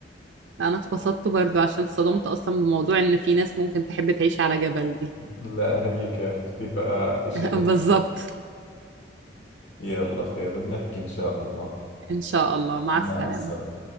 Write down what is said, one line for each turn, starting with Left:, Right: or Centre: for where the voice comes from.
Right: لا أنا اتبسطت برضو عشان اتصدمت أصلا بموضوع إن في ناس ممكن تحب تعيش على جبل دي
Left: لا هيك عرفتي فإشي
Right: <laughs>
Left: حلو
Right: بالظبط
Left: يلا خير بنحكي إن شاء الله
Right: إن شاء الله مع
Left: مع
Right: السلامة
Left: السلامة